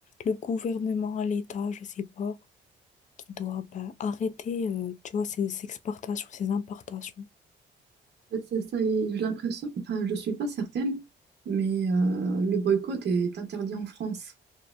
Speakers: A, on the left; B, on the right.
A: le gouvernement, l'État, je sais pas, qui doit ben, arrêter, euh, tu vois, ces exportations, ces importations.
B: En fait, C'est ça, et j'ai l'impression, enfin, je suis pas certaine, mais euh, le boycott est interdit en France.